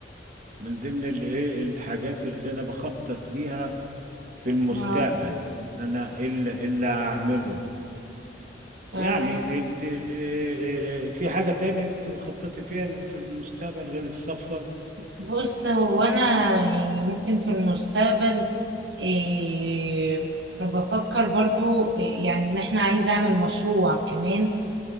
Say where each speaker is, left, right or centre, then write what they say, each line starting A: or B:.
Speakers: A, on the right; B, on the right.
A: من ضمن الإيه الحاجات اللي أنا بخطط ليها في المستقبل
B: اه
A: إن أنا إيه اللي إيه اللي أعمله يعني
B: فاهمة
A: أنت إيه- إيه- إيه، في حاجة تانية أنت بتخططي فيها ل- في المستقبل غير السفر
B: بص هو انا يعني ممكن في المستقبل إيه بفكر برضو إيه، يعني ان احنا عايزة اعمل مشروع كمان